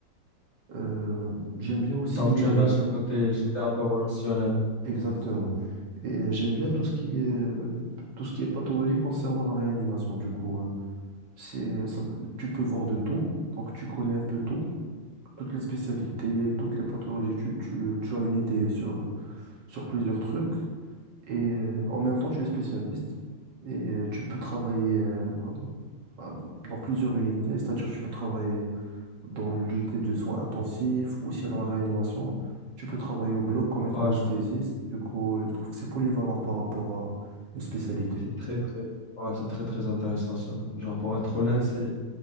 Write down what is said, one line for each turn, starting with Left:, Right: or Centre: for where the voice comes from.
Right: Euh, j'aime bien aussi,
Left: Donc,
Right: euh,
Left: tu aimes bien ce côté, ce côté un peu relationnel.
Right: exactement. Et euh, j'aime bien tout ce qui est, tout ce qui est pathologie concernant la réanimation. Du coup, euh, c'est, ça- tu peux voir de tout. Donc, tu connais un peu tout, toutes les spécialités, toutes les pathologies. Tu, tu, tu as une idée sur, sur plusieurs trucs. et euh, en même temps tu es spécialiste et euh, tu peux travailler euh, à- dans plusieurs unités, c'est-à-dire tu peux travailler dans l'unité de soins intensifs ou sinon dans la réanimation, tu peux travailler au bloc comme étant
Left: Ouais,
Right: anesthésiste,
Left: je comprends.
Right: du coup euh, je trouve que c'est polyvalent par rapport à une spécialité.
Left: C'est très très ouais, c'est très très intéressant ça. Genre pour être honnête, c'est